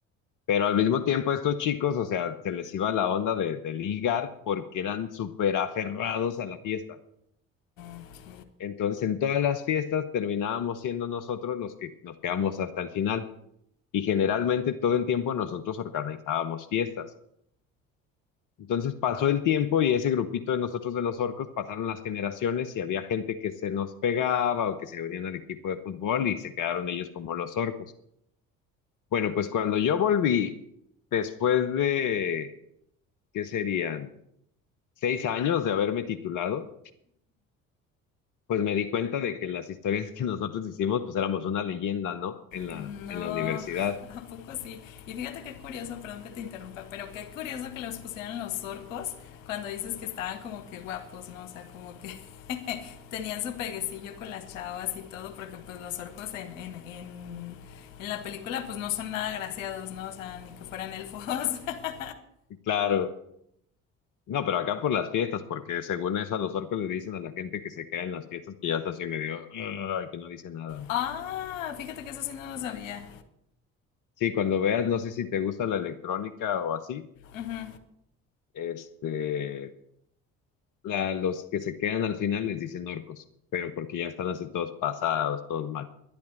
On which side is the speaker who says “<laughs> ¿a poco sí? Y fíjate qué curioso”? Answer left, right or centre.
Left